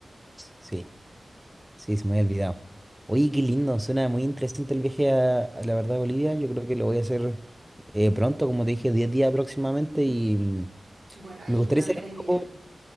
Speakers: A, in the centre; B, on the right.
A: Sí, sí, se me había olvidado. Oye, qué lindo, suena muy interesante el viaje a, a la verdad a Bolivia. Yo creo que lo voy a hacer eh, pronto, como te dije, 10 días próximamente y
B: bueno, ahí
A: me gustaría
B: te van
A: hacer
B: tres
A: un
B: días.
A: poco...